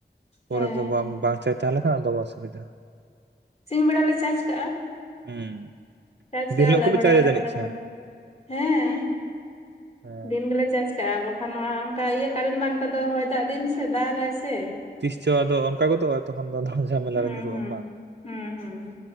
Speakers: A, on the right (about 80°); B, on the left (about 35°).
A: ᱯᱚᱨᱮ
B: ᱦᱮᱸ
A: ᱫᱚ ᱵᱟᱢ ᱵᱟᱝᱪᱟᱡ ᱛᱟᱦᱮ ᱞᱮᱠᱷᱟ ᱟᱫᱚ ᱵᱟ ᱥᱩᱵᱤᱫᱷᱟ᱾
B: ᱥᱤᱧ ᱵᱮᱲᱟ ᱞᱮ ᱪᱟᱡᱽ ᱠᱟᱼᱟ᱾
A: ᱦᱩᱸ᱾
B: ᱪᱟᱡ
A: ᱫᱤᱱ
B: ᱠᱟ
A: ᱦᱤᱞᱳᱜ
B: ᱟᱞᱮ
A: ᱠᱚᱯᱮ
B: ᱵᱟᱰᱟᱭ
A: ᱪᱟᱨᱡᱟ
B: ᱟᱞᱮ
A: ᱡᱟᱹᱱᱤᱡ
B: ᱛᱚ <unintelligible>
A: ᱠᱷᱟᱱ
B: ᱦᱮᱸ,
A: ᱦᱮᱸ
B: ᱫᱤᱱ ᱜᱮᱞᱮ ᱪᱟᱡ ᱠᱟᱼᱟ, ᱵᱟ ᱠᱷᱟ ᱱᱚᱣᱟ ᱚᱝᱠᱟ ᱤᱭᱟᱹ ᱠᱟᱨᱮᱱ ᱢᱟ ᱱᱮᱛᱟ ᱫᱚ ᱦᱚᱭ ᱫᱟᱜ ᱫᱤᱱ ᱥᱮ ᱫᱟᱜᱼᱟᱭ ᱥᱮ,
A: ᱛᱤᱥ ᱪᱚ ᱟᱫᱚ ᱚᱱᱠᱟ ᱜᱚᱫᱚᱜᱼᱟ ᱛᱚᱠᱷᱚᱱ ᱫᱚ ᱟᱫᱚ ᱡᱷᱟᱢᱮᱞᱟ
B: ᱦᱩᱸ
A: ᱨᱮ ᱧᱩᱨᱩᱜ
B: ᱦᱩᱸ᱾
A: ᱟᱢ ᱵᱟᱝ
B: ᱦᱩᱸ ᱦᱩᱸ,